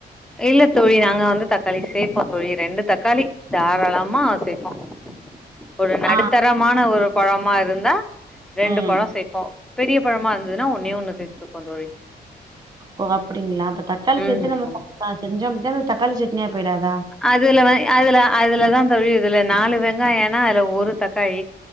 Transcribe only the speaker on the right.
ஆ
ம்.
ஓ அப்டிங்களா அப்ப தக்காளி
சேத்து நம்ம
செஞ்சோம் அப்பனா அத் தக்காளி சட்னியா போயிடாதா